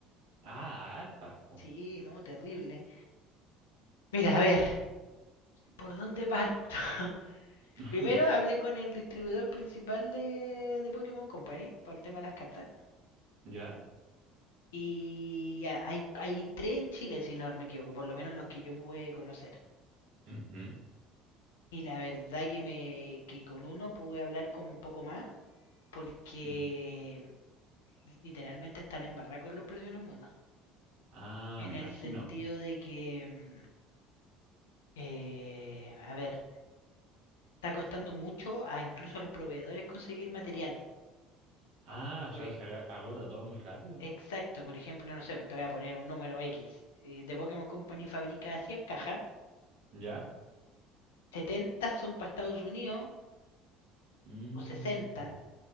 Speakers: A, on the right; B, on the left.
A: Ah, hartas, po.
B: Sí, no, terrible. Mira, a ver, ¿por dónde parto? <laughs>
A: <laughs>
B: Primero hablé con el distribuidor principal de, de Pokémon Company para el tema de las cartas.
A: ¿Ya?
B: Y hay, hay tres en Chile, si no me equivoco, por lo menos los que yo pude conocer.
A: Ujú,
B: Y la verdad que me que con uno pude hablar como un poco más porque
A: mm.
B: literalmente está la embarrada con los precios en el mundo.
A: Ah,
B: En
A: me
B: el
A: imagino,
B: sentido
A: po.
B: de que, mm, eh, a ver, está costando mucho a incluso a los proveedores conseguir material.
A: Ah,
B: Por,
A: o sea,
B: e-
A: se aga- agota todo muy rápido.
B: exacto, por ejemplo, no sé, pues te voy a poner un número X. eh, De Pokémon Company fabrica 100 cajas,
A: ¿Ya?
B: 70 son para Estados Unidos,
A: Mm,
B: o 60,